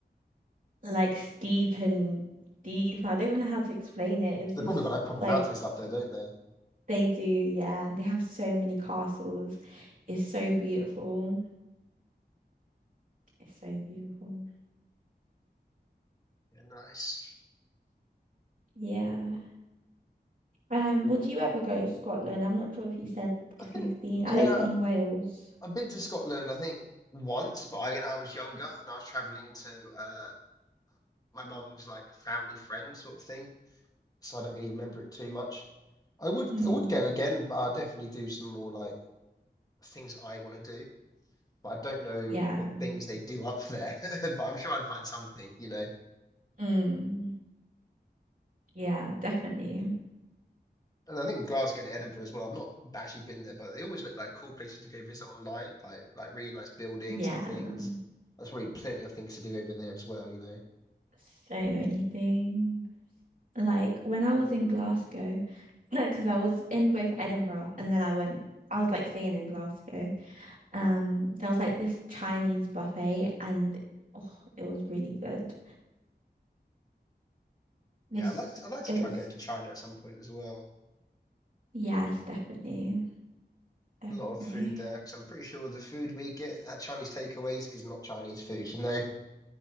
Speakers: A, on the right; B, on the left.
A: like steep and deep. I don't even know how to explain it. It's
B: They've
A: just
B: probably got like proper
A: like
B: mountains up there, don't they?
A: they do, yeah, and they have so many castles. It's so beautiful. It's so beautiful.
B: Yeah, nice.
A: Yeah. Um, would you ever go to Scotland? I'm not sure if you said if
B: I think,
A: you've been.
B: yeah,
A: I know you've been Wales.
B: I've been to Scotland, I think once, but I, I was younger and I was traveling to uh, my mum's like family friend sort of thing, so I don't really remember it too much. I would
A: Mm.
B: I would go again, but I'll definitely do some more like things I want to do, but I don't know
A: Yeah.
B: what things they do up there, <laughs> but I'm sure I'd find something, you know.
A: Mm. Yeah, definitely.
B: And I think Glasgow and Edinburgh as well. I've not actually been there, but they always look like cool places to go visit online, like like really nice buildings
A: Yeah,
B: and things. There's probably plenty of things to do over there as well, you know.
A: so many things. Like when I was in Glasgow, <laughs> <clears throat> because I was in both Edinburgh and then I went, I was like staying in Glasgow. Um, there was like this Chinese buffet and oh, it was really good. This,
B: Yeah, I'd like to, I'd like to
A: it
B: try
A: was,
B: and get to China at some point as well.
A: yes, definitely, definitely.
B: A lot of food there,
A: <laughs>
B: because I'm pretty sure the food we get at Chinese takeaways is not Chinese food, you know.